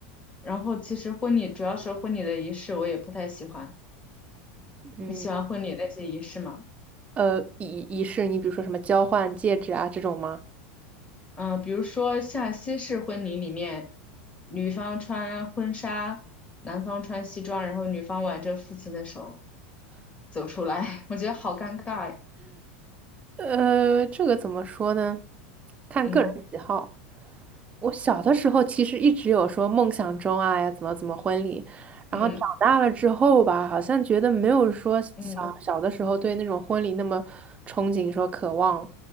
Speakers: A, on the left (about 20°); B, on the right (about 20°).
A: 然后其实婚礼主要是婚礼的仪式，我也不太喜欢。
B: 嗯，
A: 你喜欢婚礼那些仪式吗？
B: 呃，仪仪式，你比如说什么交换戒指啊这种吗？
A: 嗯、呃比如说像西式婚礼里面，女方穿婚纱，男方穿西装，然后女方挽着父亲的手走出来，<laughs> 我觉得好尴尬呀。
B: 呃，这个怎么说呢？看个人喜好。
A: 嗯
B: 我小的时候其实一直有说梦想中啊呀怎么怎么婚礼，然后长大了之后吧，
A: 嗯
B: 好像觉得没有说小小的时候对那种婚礼那么憧憬说渴望，
A: 嗯